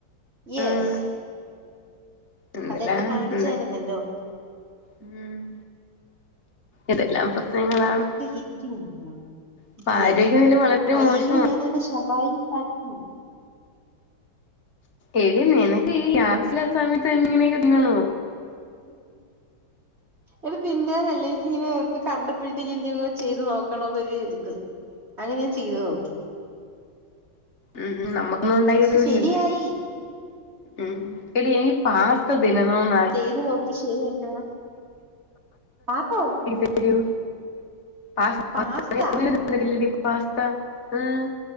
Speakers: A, on the right; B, on the left.
A: യെസ്.
B: ആഹ് എന്തെല്ലാം
A: അതെടുത്ത് കാണിച്ചായിരുന്നല്ലോ.
B: ഉണ്ട് ഉം അതെല്ലാം പ്രശ്നങ്ങളാണ്.
A: ഇരിക്കണേരുന്ന
B: അപ്പൊ
A: യെസ്
B: ആരോഗ്യനില വളരെ
A: വയ്യെങ്കിലും
B: മോശമാണ്
A: ഞാൻ അതിന് ശവായി ഉണ്ടാക്കി.
B: എടീ നിനക്ക് ഈ ആവശ്യമില്ലാത്ത സമയത്ത് ഇങ്ങനെയൊക്കെ തിന്നണോ.
A: എടീ തിന്നാനല്ല എനിക്കിങ്ങനെ ഇത് കണ്ടപ്പോഴത്തേക്ക് എനിക്കങ്ങ് ചെയ്ത് നോക്കണന്നൊരു ഇത്. അങ്ങനെ ഞാൻ ചെയ്ത് നോക്കി.
B: ഉം ഉം നമ്മക്ക് ന്നുണ്ടാക്കി
A: പക്ഷെ
B: തരുന്നില്ലല്ല്
A: ശരിയായി
B: ഉം എടീ എനിയ്ക്ക് പാസ്‌ത തിന്നണോന്ന് ആ
A: അത് നോക്കി ശരിയായിട്ടു വേണം പാപ്പോ
B: യ്യോ പാസോ
A: പാസ്ത്ത
B: <unintelligible> പാസ്ത ഉം